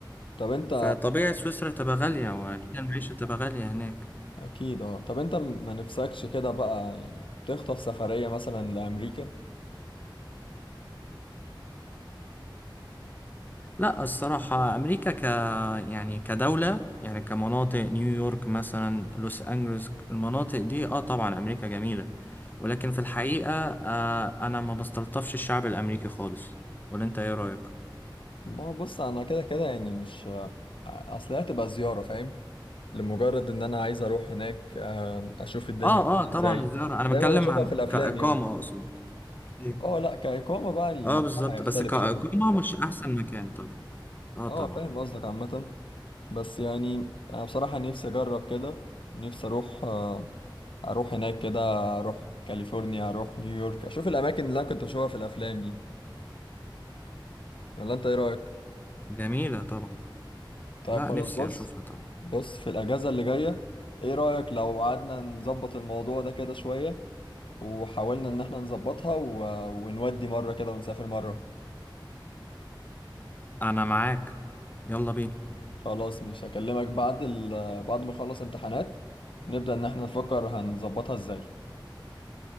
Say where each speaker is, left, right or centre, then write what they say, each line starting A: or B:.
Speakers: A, on the left; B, on the left.
A: طب أنت
B: فطبيعي سويسرا تبقى غاليه واكيد المعيشه تبقى غاليه هناك
A: اكيد اه طب انت م- ما نفسكش كده بقى يعني تخطف سفرية مثلا لامريكا
B: لا الصراحة أمريكا ك يعني كدولة يعني كمناطق نيويورك مثلا لوس أنجلوس المناطق دي اه طبعا أمريكا جميلة ولكن في الحقيقة آه أنا ما بستلطفش الشعب الأمريكي خالص ولا أنت إيه رأيك؟
A: ما هو بص انا كده كده يعني مش آه، اصل هي هتبقى زيارة فاهم لمجرد ان انا عايز اروح هناك آه، اشوف الدنيا
B: اه
A: عاملة
B: اه طبعا
A: ازاي
B: الزيارة أنا
A: زي
B: بتكلم
A: ما بشوفها
B: عن
A: في الافلام
B: كإقامة
A: يعني
B: أقصد إيه.
A: اه لا كإقامة بقى الموضوع
B: اه بالظبط
A: هيختلف
B: بس كإقامة
A: شوية
B: مش أحسن مكان طبعا اه
A: اه
B: طبعا
A: فاهم قصدك عامة بس يعني انا بصراحة نفسي اجرب كده نفسي اروح آه، اروح هناك كده اروح كاليفورنيا اروح نيويورك اشوف الاماكن اللي انا كنت بشوفها في الافلام دي ولا انت ايه رأيك
B: جميلة طبعا
A: طيب
B: لا
A: خلاص
B: نفسي
A: بص
B: أشوفها طبعا
A: بص في الأجازة اللي جاية ايه رأيك لو قعدنا نظبط الموضوع ده كده شوية وحاولنا ان احنا نظبطها و... ونودي مرة كده ونسافر مرة
B: أنا معاك يلا بينا
A: خلاص مش هكلمك بعد ال... بعد ما اخلص امتحانات نبدأ ان احنا نفكر هنظبطها ازاي